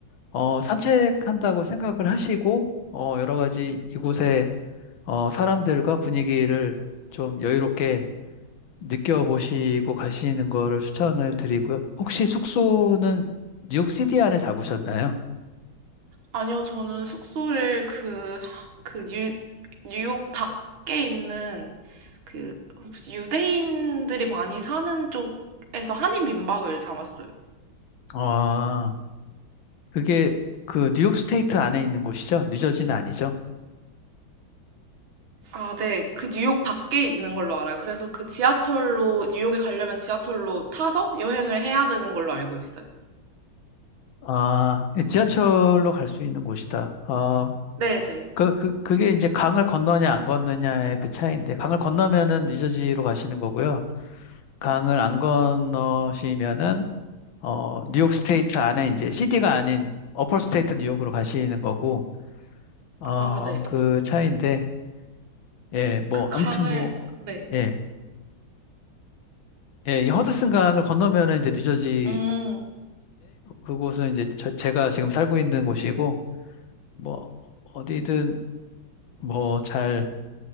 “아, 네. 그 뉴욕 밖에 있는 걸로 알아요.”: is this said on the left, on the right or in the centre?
Right